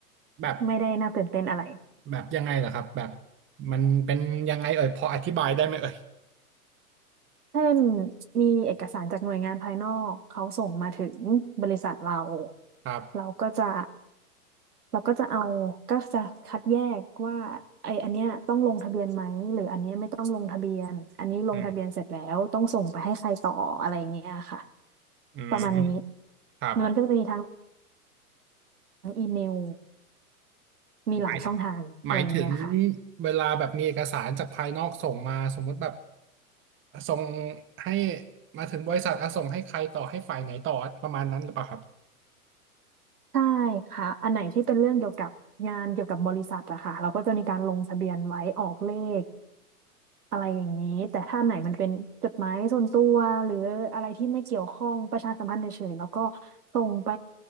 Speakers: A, on the right; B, on the right.
A: แบบ
B: ไม่ได้น่าตื่นเต้นอะไร
A: แบบยังไงเหรอครับแบบมันเป็นยังไงเอ่ยพออธิบายได้ไหมเอ่ย
B: เช่นมีเอกสารจากหน่วยงานภายนอกเขาส่งมาถึงบริษัทเรา
A: ครับ
B: เราก็จะเราก็จะเอาก็จะคัดแยกว่าไออันเนี้ยต้องลงทะเบียนไหมหรืออันเนี้ยไม่ต้องลงทะเบียนอันนี้ลงทะเบียนเสร็จแล้วต้องส่งไปให้ใครต่ออะไรเงี้ยค่ะ
A: อืมอืม
B: ประมาณนี้
A: ครับ
B: มันก็จะมีทางอีเมลมีหลายช่องทางอะไรเงี้ยค่ะ
A: หมายหมายถึงเวลาแบบมีเอกสารจากภายนอกส่งมาสมมุติแบบส่งให้มาถึงบริษัทอ่ะส่งให้ใครต่อให้ฝ่ายไหนต่อประมาณนั้นหรือเปล่าครับ
B: ใช่ค่ะอันไหนที่เป็นเรื่องเกี่ยวกับงานเกี่ยวกับบริษัทอะค่ะเราก็จะมีการลงทะเบียนไว้ออกเลขอะไรอย่างนี้แต่ถ้าไหนมันเป็นจดหมายส่วนตัวหรืออะไรที่ไม่เกี่ยวข้องประชาสัมพันธ์เฉยๆแล้วก็ส่งไป